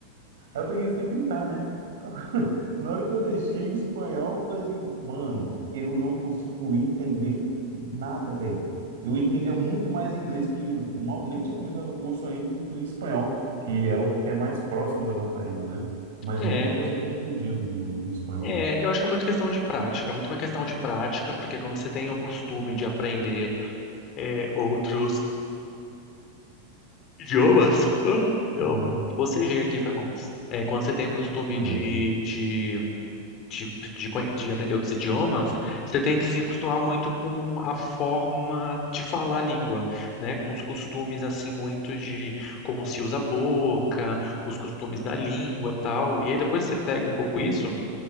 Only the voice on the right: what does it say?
Aí eu peguei e fui tentar, né? <laughs> Na hora que eu deixei em espanhol, eu falei assim, mano, eu não consigo entender nada, velho. Eu entendia muito mais inglês, que eu mal, nem tinha começado o curso ainda, do que o espanhol, que é o que é mais próximo da nossa língua, né? Mas
muita coisa me confundia no, no espanhol.
Uhum,
tudo
bem.